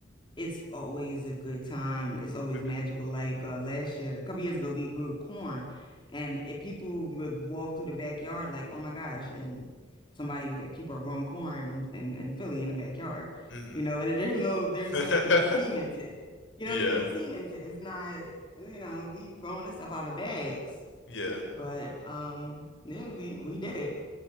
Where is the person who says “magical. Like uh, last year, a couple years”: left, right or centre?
Left